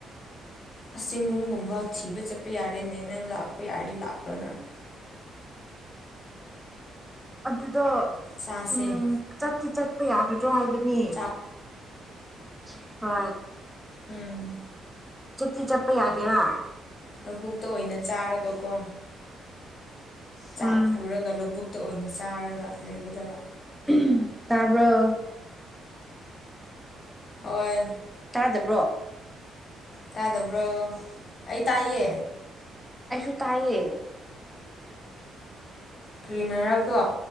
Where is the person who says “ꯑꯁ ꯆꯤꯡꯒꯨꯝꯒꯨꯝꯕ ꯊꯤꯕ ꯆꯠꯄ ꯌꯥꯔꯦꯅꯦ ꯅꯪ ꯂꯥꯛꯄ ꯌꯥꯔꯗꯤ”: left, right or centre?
Left